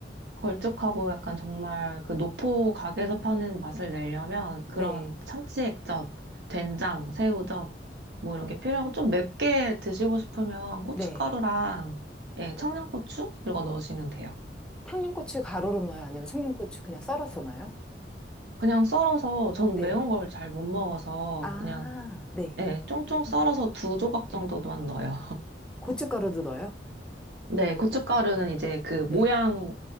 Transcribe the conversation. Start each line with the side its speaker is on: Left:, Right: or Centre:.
Right: 걸쭉하고 약간 정말 그 노포 가게에서 파는 맛을 내려면 그런
Centre: 네.
Right: 참치액젓, 된장, 새우젓 뭐 이런 게 필요하고 좀 맵게 드시고 싶으면 고춧가루랑
Centre: 네.
Right: 예, 청양고추 이거 넣으시면 돼요.
Centre: 청양고추 가루로 넣어요? 아니면 청양고추 그냥 썰어서 넣어요?
Right: 그냥 썰어서 전
Centre: 네.
Right: 매운 걸 잘 못 먹어서
Centre: 아,
Right: 그냥
Centre: 네.
Right: 예, 쫑쫑 썰어서 두 조각 정도만
Centre: 음.
Right: 넣어요.
Centre: 고춧가루도 넣어요?
Right: <laughs> 네, 고춧가루는 이제 그
Centre: 네.
Right: 모양